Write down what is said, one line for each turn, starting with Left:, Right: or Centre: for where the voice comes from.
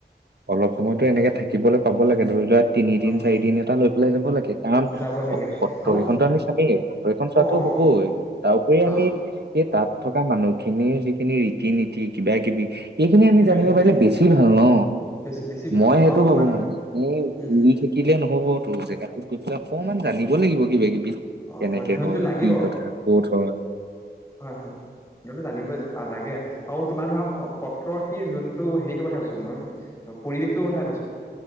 Right: অলপ সময়তো
Left: অ
Right: এনেকে থাকিবলৈ পাব লাগে ধৰি লোৱা। তিনিদিন
Left: অ
Right: চাৰিদিন
Left: অ
Right: এটা লৈ পেলাই যাব লাগে কাৰণ
Left: যাব লাগে
Right: সত্ৰকেইখনতো
Left: আৰু
Right: আমি চামেই। সত্ৰকেইখন চোৱাতটো
Left: অ অ
Right: হ'বই
Left: অ
Right: তাৰ উপৰি আমি
Left: অ
Right: তাত। থকা মানুহখিনিৰ যিখিনি ৰীতি নীতি কিবা কিবি। এইখিনি আমি
Left: সেইটোৱে
Right: জানিব
Left: সেইটোৱে
Right: পাৰিল বেছি ভাল ন।
Left: বেছি বেছি ভাল
Right: মই
Left: অ
Right: সেইটো
Left: আৰু তোমাৰ
Right: ভাবো মানে এ
Left: উম
Right: উৰি
Left: উম
Right: থাকিলে নহবতো জেগাটোত গৈ পেলাই অকণমান। জানিব লাগিব কিবা কিবি।
Left: অ
Right: কেনেকে
Left: অধ্যয়নটো
Right: হয়
Left: লাগিব
Right: কি কথা কত হয়।
Left: হয় হয় সেইটোতো জানিবই লাগে আৰু তোমাৰ ধৰা সত্ৰ সি যোনটো সেইটো কথা কৈছো মই পৰিৱেশটোৰ কথা কৈছো